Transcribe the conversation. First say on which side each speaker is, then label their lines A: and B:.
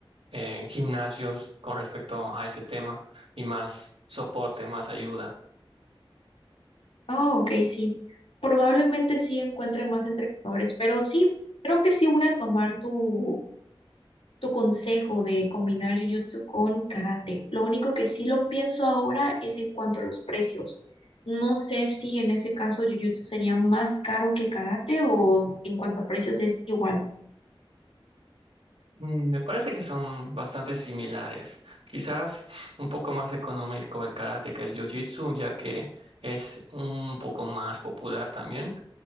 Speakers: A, on the right; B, on the left.
A: eh, gimnasios con respecto a ese tema y más soporte, más ayuda.
B: Oh, ok, sí. Probablemente sí encuentre más entrenadores, pero sí, creo que sí voy a tomar tu, tu consejo de combinar jiu jitsu con karate. Lo único que sí lo pienso ahora es en cuanto a los precios. No sé si en ese caso jiu jitsu sería más caro que karate o en cuanto a precios es igual.
A: Mm, Me parece que son bastante similares. Quizás un poco más económico el karate que el jiu-jitsu, ya que es un poco más popular también